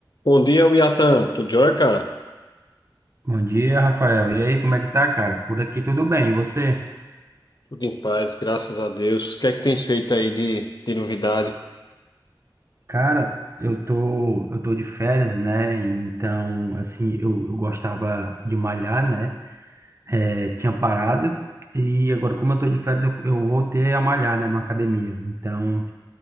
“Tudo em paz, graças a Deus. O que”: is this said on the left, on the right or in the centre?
Left